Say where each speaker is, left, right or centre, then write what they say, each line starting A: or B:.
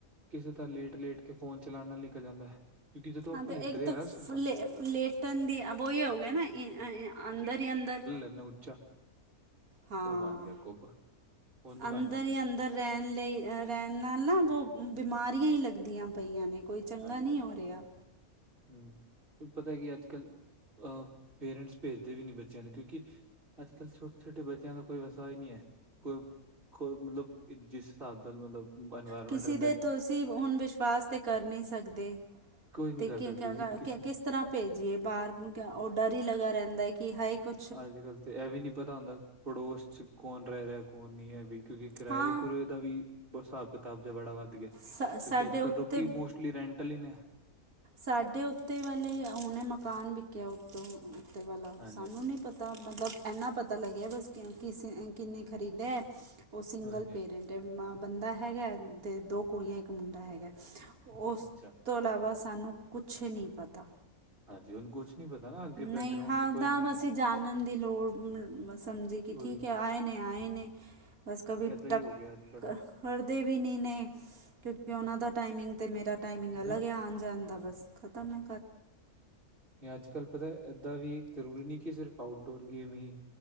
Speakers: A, on the right; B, on the right.
A: ਕਿਸੇ ਤਰ੍ਹਾਂ ਲੇਟ-ਲੇਟ ਕੇ ਫੋਨ ਚਲਾਉਣ ਨਾਲ ਨਿਕਲ ਜਾਂਦਾ ਕਿਉਂਕਿ ਜਦੋਂ ਆਪਾਂ
B: ਹਾਂ ਤੇ
A: ਲੇਟਦੇ
B: ਇੱਕ ਤਾਂ
A: ਆ ਨਾ ਸਿੱਧਾ
B: ਲੇ ਲੇਟਨ ਦੀ ਵਹੀ ਹੋ ਗਿਆ ਨਾ ਅ ਅੰਦਰ ਹੀ ਅੰਦਰ
A: ਏਨਾ ਉੱਚਾ
B: ਹਾਂ
A: ਉਹ ਬਣ ਗਿਆ ਕੁੱਬ। ਉਂਝ ਬਣ
B: ਅੰਦਰ
A: ਜਾਂਦਾ
B: ਹੀ ਅੰਦਰ ਅ ਰਹਿਣ ਲਈ ਰਹਿਣ ਨਾਲ ਨਾ ਬ ਬਿਮਾਰੀਆਂ ਹੀ ਲੱਗਦੀਆਂ ਪਈਆਂ ਨੇ ਕੋਈ ਚੰਗਾ
A: ਹਾਂਜੀ-ਹਾਂਜੀ
B: ਨਹੀਂ ਹੋ ਰਿਹਾ
A: ਹੂੰ ਪਤਾ ਕੀ ਅੱਜ ਕੱਲ ਅਹ ਪੇਰੈਂਟਸ ਭੇਜਦੇ ਵੀ ਨੀ ਬੱਚਿਆਂ ਨੂੰ ਕਿਉਂਕਿ ਅੱਜ ਕੱਲ੍ਹ ਛੋਟੇ-ਛੋਟੇ ਬੱਚਿਆਂ ਦਾ ਕੋਈ ਵਸਾ ਈ ਨਹੀਂ ਏ ਕੋਈ ਕੋ ਮਤਲਬ ਜਿਸ ਹਿਸਾਬ ਨਾਲ ਮਤਲਬ ਇਨਵਾਇਰਮੈਂਟ
B: ਕਿਸੇ
A: ਰਹਿੰਦਾ
B: ਦੇ ਤੁਸੀਂ ਹੁਣ ਵਿਸ਼ਵਾਸ ਤਾਂ ਕਰ ਨਹੀਂ ਸਕਦੇ
A: ਕੁਝ ਨੀ
B: ਤੇ
A: ਕਰ
B: ਕਿ
A: ਸਕਦੇ
B: ਕਰਾ
A: ਜੀ ਕਿਸੇ
B: ਕੇ ਕਿਸ ਤਰ੍ਹਾਂ ਭੇਜੀਏ ਬਾਹਰ ਉਹ ਡਰ ਹੀ ਲੱਗਾ ਰਹਿੰਦਾ ਹੈ ਕਿ ਹਾਏ ਕੋਈ
A: ਅੱਜ ਕੱਲ ਤੇ ਇਹ ਵੀ ਨੀ ਪਤਾ ਹੁੰਦਾ ਪੜੋਸ ਚ ਕੌਣ ਰਹਿ ਰਿਹਾ ਕੌਣ ਨਹੀਂ ਹੈ ਵੀ ਕਿਉਂਕਿ ਕਿਰਾਏ
B: ਹਾਂ
A: ਕਰੁਏ ਦਾ ਵੀ ਹਿਸਾਬ ਕਿਤਾਬ ਜ ਬੜਾ ਵੱਧ ਗਿਆ ਕਿਉਂਕਿ
B: ਸਾ ਸਾਡੇ
A: ਅੱਜ
B: ਉੱਤੇ
A: ਕੱਲ ਲੋਕੀ ਮੋਸਟਲੀ ਰੈਂਟਲ ਹੀ ਨੇ
B: ਸਾਡੇ ਉੱਤੇ ਵਾਲੇ ਹੁਣੇ ਮਕਾਨ ਵਿਕਿਆ ਉੱਤੋਂ ਉੱਤੇ ਵਾਲਾ
A: ਹਾਂਜੀ-ਹਾਂਜੀ,
B: ਸਾਨੂੰ ਨੀ ਪਤਾ ਮਤਲ ਇੰਨਾ ਪਤਾ ਲੱਗਿਆ ਕਿਸੀ ਨੇ ਕਿੰਨੇ ਖਰੀਦਿਆ ਉਹ ਸਿੰਗਲ
A: ਹਾਂਜੀ-ਹਾਂਜੀ
B: ਪੇਰੈਂਟ ਬੰਦਾ ਹੈਗਾ ਅਤੇ ਦੋ ਕੁੜੀਆਂ ਇੱਕ ਮੁੰਡਾ ਹੈਗਾ ਉਸ
A: ਅੱਛਾ
B: ਤੋਂ ਇਲਾਵਾ ਸਾਨੂੰ ਕੁਛ ਨਹੀਂ ਪਤਾ
A: ਹਾਂਜੀ ਹੁਣ ਕੁਛ ਨਹੀਂ ਪਤਾ ਨਾ ਅੱਗੇ ਬੈਕਗਰਾਉਂਡ
B: ਨਹੀਂ ਹਾਂ
A: ਕੋਈ
B: ਤਾਂ
A: ਵੀ ਨੀ
B: ਅਸੀਂ ਜਾਣਨ ਦੀ ਲੋੜ ਸਮਝੀ ਕਿ
A: ਉਹੀ
B: ਠੀਕ ਹੈ ਆਏ ਨੇ ਆਏ ਨੇ ਬਸ ਕਭੀ
A: ਏਦਾਂ
B: ਟੱਕ
A: ਹੀ ਹੋ ਗਿਆ ਅੱਜ ਕੱਲ
B: ਟਕ ਕਰਦੇ ਵੀ ਨਹੀਂ ਨੇ ਕਿਉਂਕਿ ਉਹਨਾਂ ਦਾ ਟਾਈਮਿੰਗ ਅਤੇ ਮੇਰਾ ਟਾਈਮਿੰਗ
A: ਅੱਛਾ
B: ਅਲੱਗ ਹੈ ਆਉਣ ਜਾਣ ਦਾ ਬਸ ਖਤਮ ਐ
A: ਅੱਜ ਕੱਲ ਪਤਾ ਏਦਾਂ ਵੀ ਜ਼ਰੂਰੀ ਨਹੀਂ ਕਿ ਸਿਰਫ ਆਊਟਡੋਰ ਗੇਮ ਈ